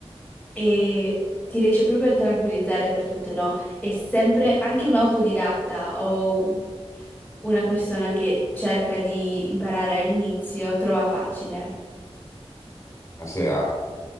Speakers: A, in the centre; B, on the left (about 25°).
A: eh, ti riesce proprio a tranquillizzare per tutto, no? È sempre anche un autodidatta o una persona che cerca di imparare all'inizio trova facile.
B: Eh sì, eh.